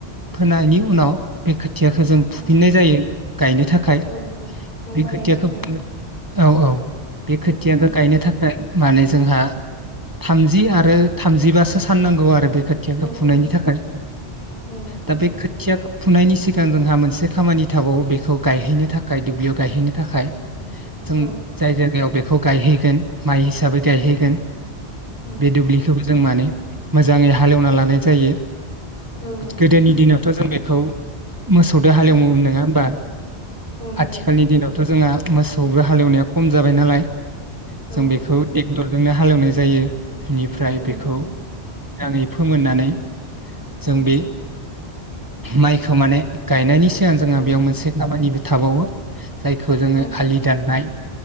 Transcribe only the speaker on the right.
फोनायनि उनाव <unintelligible> खोथियाखौ जों फुफिननाय
जायो गायनो थाखाय
बे
खोथियाखौ
औ औ बे खोथियाखौ
गायनो थाखाय माने जोंहा थामजि आरो थामजिबासो साननांगौ आरो बे खोथियाखौ
फुनायनि
थाखाय
दा बे खोथियाखौ फुनायनि सिगां जोंहा मोनसे खामानि थाबावो बेखौ गायहैनो थाखाय दुब्लियाव गायहैनो थाखाय जों
जाय जायगायाव खौ गायहैगोन। माइ हिसाबै गायहैगोन
बे दुब्लिखौबो। जों माने मोजाङै हालेवना लानाय जायो
।
गोदोनि
दिनावथ' जों बेखौ खौ मोसौजों हालेवोमोन
नङा होमबा?
आथिखालनि दिनावथ' जोंहा मोसौबो हालेवनाया खम जाबाय नालाय ।
जों बेखौ
ट्रेक्टर जोंनो हालेवनाय जायो । बेनिफ्राय
बेखौ
<unintelligible> फोमोननानै जों
बे माइ माने गानायनि सिगां जोंहा
बेयाव मोनसे खामानिबो थाबावो जायखौ जोंङो
आलि दाननाय